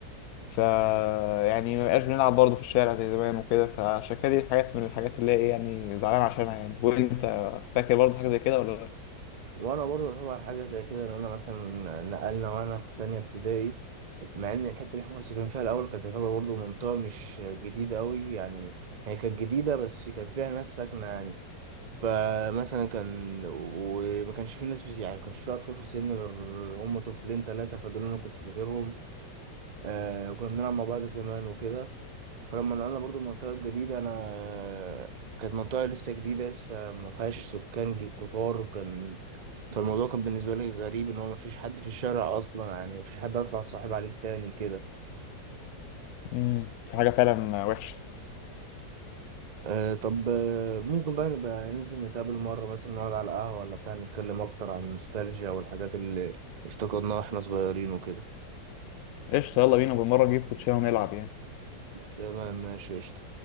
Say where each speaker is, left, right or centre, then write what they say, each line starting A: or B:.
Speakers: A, on the left; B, on the right.
A: ف يعني ما بقاش بنلعب برضه في الشارع زي زمان وكده فعشان كده دي حاجات من الحاجات اللي هي إيه يعني زعلان عشانها يعني وانت فاكر برضه حاجه زي كده ولا لا
B: وأنا برضه طبعا حاجة زي كده إن أنا مثلا نقلنا وأنا في تانية ابتدائي مع إن الحتة اللي إحنا كنا ساكنين فيها الأول كانت تعتبر برضه منطقة مش جديدة أوي يعني هي كانت جديدة بس كان فيها ناس ساكنة يعني فمثلا كان وما كانش في ناس في يعني ما كانش في أطفال في سني غير هم طفلين تلاتة فدول أنا كنت فاكرهم آه وكنا بنلعب مع بعض زمان وكده فلما نقلنا برضو المنطقة الجديدة أنا كانت منطقة لسه جديدة لسه ما فيهاش سكان جي- كتار كان فالموضوع كان بالنسبة لي غريب إن هو ما فيش حد في الشارع أصلا يعني ما فيش حد أطلع صاحب عليك تاني كده
A: امم حاجه فعلا وحشه
B: أه طب آه، ممكن بقى نبقى ننزل نتقابل مرة مثلا نقعد على القهوة ولا بتاع نتكلم أكتر عن النوستالجيا والحاجات اللي افتقدناها واحنا صغيرين وكده
A: قشطه يلا بينا بالمره نجيب كوتشينه ونلعب يعني
B: تمام ماشي قشطة